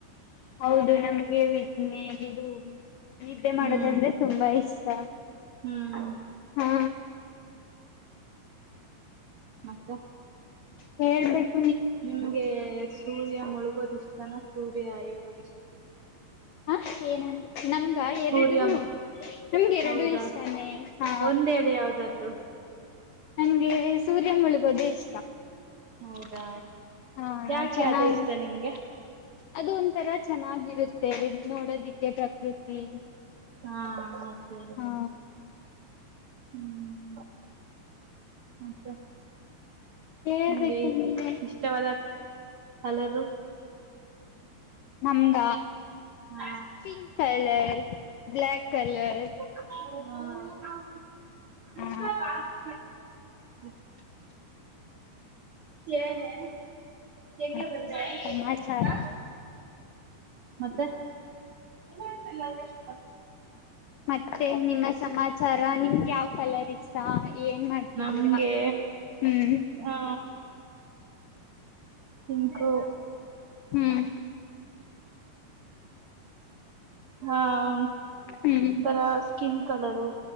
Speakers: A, on the left; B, on the right.
A: ಹೌದು ನಮ್ಗೆ ವಿದ್ನೆ ಇದು. ನಿದ್ದೆ ಮಾಡೋದಂದ್ರೆ
B: ಹ್ಮ್
A: ತುಂಬಾ ಇಷ್ಟ
B: ಹ್ಮ್
A: ಹಾ.
B: ಮಕ್ಕೋ
A: ಹೋಲ್ಡ್
B: ನಿಮ್ಗೆ ಸೂರ್ಯ ಮುಳುಗೋದು ಇಷ್ಟನ ಸೂರ್ಯ ಹೇಳೋದು ಇಷ್ಟನ.
A: ಹ ಏನ್ ನಮಗ ಎರಡು.
B: ಸೂರ್ಯ
A: ನಮ್ಗೆ ಎರಡುೂ
B: ಹೌದಾ
A: ಇಷ್ಟಾನೇ ಹಾ.
B: ಒಂದ್ ಹೇಳಿ ಯಾವ್ದಾದ್ರು
A: ನನ್ಗೆ ಸೂರ್ಯ ಮುಳಗೋದು ಇಷ್ಟ.
B: ಹೌದಾ
A: ಹಾ
B: ಯಾಕೆ
A: ಚೆನ್ನಾಗ
B: ಅದೇ ಇಷ್ಟ ನಿಮ್ಗೆ.
A: ಅದು ಒಂಥರ ಚೆನ್ನಾಗಿರುತ್ತೆ ನೋಡೋದಿಕ್ಕೆ ಪ್ರಕೃತಿ.
B: ಹ್ಮ ಓಕೆ.
A: ಹಾ
B: ಹ್ಮ್ ಮತ್ತೆ
A: ಹೇಳ್ಬೇಕು
B: ನಿಂಗೆ
A: ನೀವೇ
B: ಇಷ್ಟವಾದ. ಕಲರು
A: ನಮ್ಗ
B: ಹಾ
A: ಪಿಂಕ್ ಕಲರ್ ಬ್ಲಾಕ್ ಕಲರ್.
B: ಹಾ
A: ಹಾ
B: <unintelligible> ಏನೇ ಹೆಂಗೆ
A: ಮತ್ತೆ
B: ಬರೆದೆ
A: ಸಮಾಚಾರ
B: ಹಾ ಮತ್ತೆ. ಇಲ್ ದಿಲ್ಲ ವೇಸ್ಟ್ ಡೇ.
A: ಮತ್ತೆ ನಿಮ್ಮ ಸಮಾಚಾರ ನಿಮ್ಗೆ ಯಾವ್ ಕಲರ್ ಇಷ್ಟ. ಏನ್ ಮಾಡ್ತಿದ್ದೀರಾ
B: ನಮ್ಗೆ
A: ಹ್ಮ್
B: ಆ ನಿಕೆ
A: ಹ್ಮ್
B: ಹಾ ಒಂತರ
A: ಹ್ಮ್
B: ಸ್ಕಿನ್ ಕಲರು.